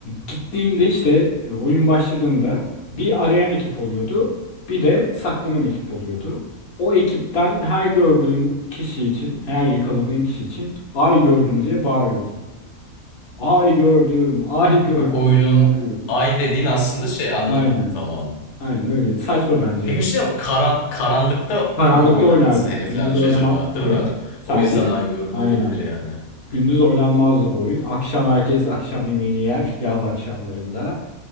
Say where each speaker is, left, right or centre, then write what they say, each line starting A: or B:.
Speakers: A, on the left; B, on the left.
A: gittiğinde işte e, oyun başladığında bir arayan ekip oluyordu, bir de saklanan ekip oluyordu. O ekipten her gördüğün kişi için, her yakaladığın kişi için ay gördüm diye bağırıyordun. Ay gördüm, ay gördüm
B: Oyunun
A: diye bağırıyordun.
B: ay dediğin aslında şey anladım
A: Aynen.
B: tamam.
A: Aynen öyle. Saçma bence
B: Peki
A: adı.
B: bir şey diyeceğim. Karan, karanlıkta
A: Karanlıkta
B: mı oynanması
A: oynardık.
B: hedeflenmiş
A: Gündüz oynama.
B: acaba değil
A: Evet.
B: mi?
A: Sadece
B: O yüzden ay gördüm
A: aynen.
B: olabilir yani.
A: Gündüz oynanmazdı bu oyun. Akşam herkes akşam yemeğini yer. Yaz akşamlarında.